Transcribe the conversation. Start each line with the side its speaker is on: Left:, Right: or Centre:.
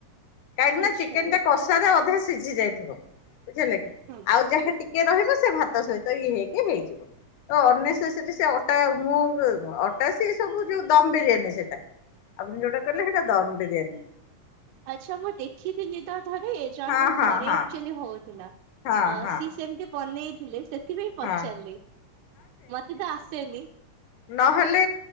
Left: କାହିଁକି ନା
Right: ଆଚ୍ଛା
Left: ଚିକେନ ଟା କଷାରେ ଅଧା ସିଝି ଯାଇଥିବ ବୁଝିଲ କି।
Right: ହୁଁ।
Left: ଆଉ ଯାହା ଟି କେ ରହିବ। ସେ ଭାତ ସହିତ ଇଏ ହେଇକି ହେଇଯିବ। ତ ଅନେଶ ସେଠି। ସେ ଅଟା ମୁଁ ଅଟା ସେ ସବୁ ଯୋଉ ଦମ ବିରିୟାନୀ ସେଟା। ଆପଣ ଯୋଉଟା କହିଲେ ସେଇଟା ଦମ ବିରିୟାନୀ।
Right: ଆଚ୍ଛା ମୁଁ ଦେଖିଥିଲି ତ ଥରେ ଜଣ
Left: ହଁ
Right: ଙ୍କ
Left: ହଁ
Right: ଘରେ
Left: ହଁ
Right: ଆକଚୁଲି ହଉଥିଲା। ଅ
Left: ହଁ ହଁ
Right: ସିଏ ସେମିତି ବନେଇଥିଲେ ସେଥିପାଇଁ ପଚାରିଲି।
Left: ହଁ
Right: ମତେ ତ ଆସେନି। ହଁ
Left: ନ ହେଲେ